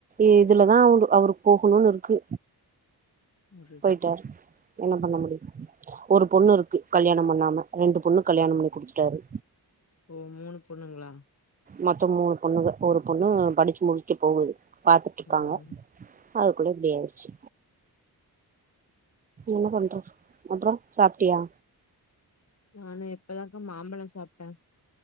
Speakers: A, on the right; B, on the left.
A: இதுலதான் அவங்க அவருக்கு போகணும்னு இருக்கு
B: அதுதா
A: போயிட்டார் என்ன பண்ண முடியும் ஒரு பொண்ணு இருக்கு கல்யாணம் பண்ணாம ரெண்டு பொண்ணு கல்யாணம் பண்ணி குடுத்துட்டாரு
B: ஓம் மூணு பொண்ணுங்களா
A: மொத்தம் மூணு பொண்ணுக ஒரு பொண்ணு படுச்சு முடிக்க போகுது பாத்துட்ருக்காங்க
B: ம்
A: அதுகுள்ள இப்டி ஆய்டுச்சு என்ன பண்றது அப்றோம் சாப்ட்டியா
B: நானும் இப்பதாக்கா மாம்பழம் சாப்ட்டேன்